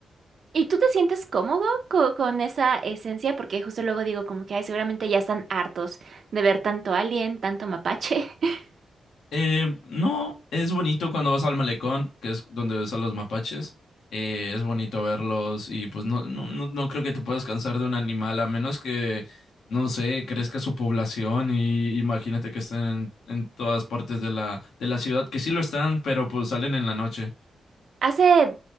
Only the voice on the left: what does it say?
Eh, no, es bonito cuando vas al malecón, que es donde ves a los mapaches. Eh, es bonito verlos y pues no, no, no, no creo que te puedas cansar de un animal, a menos que, no sé, crezca su población y imagínate que estén en, en todas partes de la, de la ciudad, que sí lo están, pero pues salen en la noche.